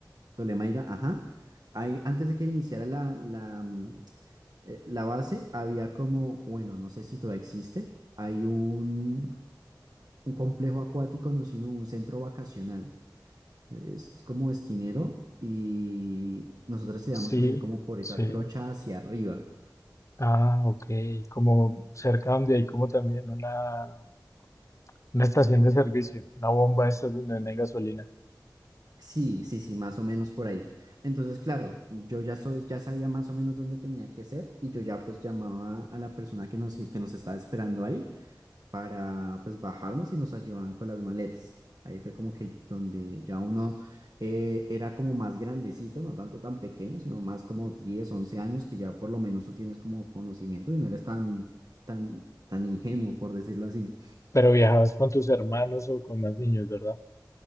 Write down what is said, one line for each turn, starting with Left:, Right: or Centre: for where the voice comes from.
Right: Ptolemaida. Ajá. Ahí, antes de que iniciara la, la, mm, eh, la base, había como, bueno, no sé si todavía existe, hay un, un complejo acuático, no, sino un centro vacacional es como esquinero y nosotros teníamos
Left: Sí,
Right: que subir como por
Left: sí.
Right: esa trocha hacia arriba.
Left: Ah, ok. Como cerca donde hay como también una, una estación de servicio, una bomba esa donde venden gasolina.
Right: Sí, sí, sí, más o menos por ahí. Entonces, claro, yo ya, so- ya sabía más o menos dónde tenía que ser y yo ya pues llamaba a la persona que nos, que nos estaba esperando ahí para pues bajarnos y nos ayudaban con las maletas. Ahí fue como que donde ya uno eh, era como más grandecito, no tanto tan pequeño, sino más como 10 11 años, que ya por lo menos tú tienes como conocimiento y no eres tan, tan, tan ingenuo, por decirlo así.
Left: Pero viajabas con tus hermanos o con más niños, ¿verdad?